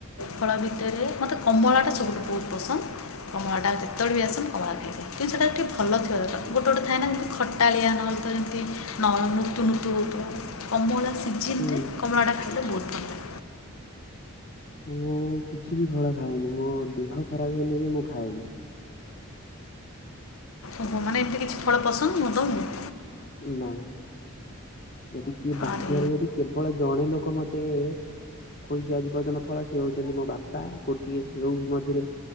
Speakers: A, on the left (about 75°); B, on the left (about 40°).
A: ଫଳ ଭିତରେ ମୋତେ କମଳାଟା ସବୁଠୁ ବହୁତ ପସନ୍ଦ। କମଳା ଟା ଯେତେବେଳେ ବି ଆସେ ମୁଁ କମଳା ଖାଇଦିଏ କିନ୍ତୁ ସେଟା ଟିକେ ଭଲ ଥିବା ଦରକାର ଗୋଟେ ଗୋଟେ ଥାଏ ନା ଯେମତି ଖଟାଳିଆ ନହେଲେ ତ ଯେମିତି ନ ନୁତୁ ନୁତୁ ହଉଥିବ କମଳା ସିଝା
B: ହୁଁ
A: କମଳା ଖାଇଲେ ବହୁତ ଭଲ।
B: ମୁଁ କିଛି ବି ଫଳ ଖାଏନି ମୋ ଦେହ ଖରାପ ହେଲେ ବି ମୁଁ ଖାଏନି।
A: ଓହୋ ମାନେ ଏମିତି କିଛି ଫଳ ପସନ୍ଦ ନୁହଁ ତମକୁ।
B: ନାଁ ଯଦି କିଏ ବାଧ୍ୟରେ
A: ଆରେ
B: ଯଦି କେବଳ ଜଣେ ଲୋକ ମତେ ଖୋଇଚି ଆଜି ପର୍ଯ୍ୟନ୍ତ ଫଳ ସିଏ ହୋଉଚନ୍ତି ମୋ ବାପା ଗୋଟିଏ ସେଉ ମଧ୍ୟରେ